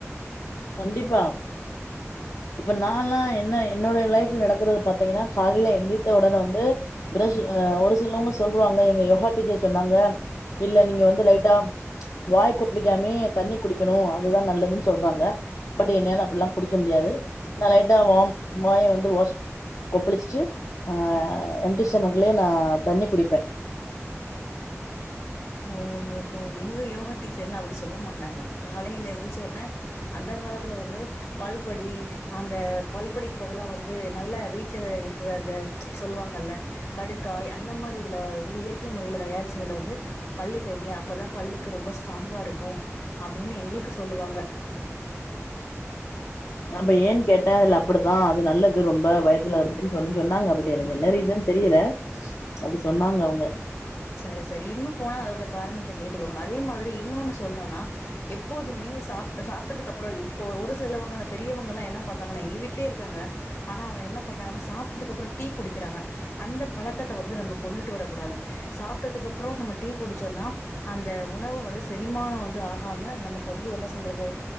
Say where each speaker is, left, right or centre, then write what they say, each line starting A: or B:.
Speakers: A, on the left; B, on the left.
A: கண்டிப்பா இப்ப நான்ல்லா என்ன என்னோடைய லைஃப்ல நடக்கறது பாத்தீங்கன்னா கால்ல எந்தித்த உடனே வந்து ப்ரஷ் அ ஒரு சிலவங்க சொல்வாங்க எங்க யோகா டீகே சொன்னாங்க இல்ல நீங்க வந்து லைட்டா வாய் கொப்லிகாமே தண்ணி குடிக்கணு அதுதா நல்லதுன் சொல்றாங்க பட் என்னால அப்டிலா குடிக்க முடியாது நா லைட்டா வாம் வாய வந்து வாஷ் கொப்ளிச்ட்டு ஆ எம்டி ஸ்டோமக்லே நா தண்ணி குடிப்பே
B: ஓயோஹோ எங்க யோகா டீச்சர்ல்லா அப்டி சொல்ல மாட்டாங்க காலைல எந்திரிச்ச உடனே அந்த காலத்ல வந்து பல்படி அந்த பல் பொடிக்கு பதிலா வந்து நல்ல வீட்ல இருக்கற அந்த சொல்வாங்கல்ல கடுக்காய் அந்த மாரி இதுல வந்து இயற்கை முறைல தயாரிச்சதுல வந்து பல்லு தேய்ங்க அப்பதா பல்லுக்கு ரொம்ப ஸ்ட்ராங்கா இருக்கு அப்டின்னு எங்களுக்கு சொல்லுவாங்க
A: அப்ப ஏன் கேட்டே அதுல அப்டித்தா அது நல்லது ரொம்ப வயதுல அப்டின் சொல்லி சொன்னாங்க அப்டி எனக்கு என்ன ரீசன் தெரில அப்டி சொன்னாங்க அவங்க
B: செரி செரி இன்னு போனா அதோட காரணத்த கேட்டுக்கோங்க அதே மாதிரி இன்னொன்னு சொல்றன்னா எப்போதுமே சாப்ட சாப்ட்டதுக்கு அப்ரோ இப்போ ஒரு சிலவங்க அந்த பெரியவங்கல்லா என்ன பண்றாங்கன்னா எங்க வீட்லயே இருக்காங்க ஆனா அவங்க என்ன பண்றாங்கன்னா சாப்ட்டதுக்கு அப்றம் டீ குடிக்கிறாங்க அந்த பழக்கத்த வந்து நம்ம கொண்டுட்டு வரக்கூடாது சாப்ட்டதுக்கு அப்ரோ நம்ம டீ குடிச்சோன்னா அந்த உணவு வந்து செரிமானம் வந்து ஆகாம நமக்கு வந்து என்ன சொல்றது